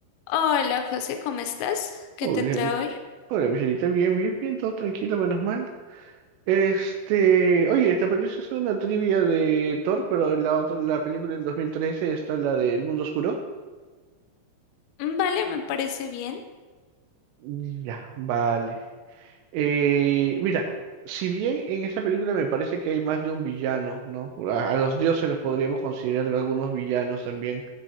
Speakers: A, on the left (about 80°); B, on the right (about 80°).
A: Hola José, ¿cómo estás? ¿Qué
B: Hola,
A: te trae hoy?
B: hola, Michelita, bien, bien, bien, todo tranquilo, menos mal. Este, oye, ¿te apetece hacer una trivia de Thor, pero en la otra, la película del 2013 está la de El Mundo Oscuro?
A: Mm, Vale, me parece bien.
B: Ya, vale. Eh, mira, si bien en esta película me parece que hay más de un villano, ¿no? Por- A, a los dioses los podríamos considerar algunos villanos también.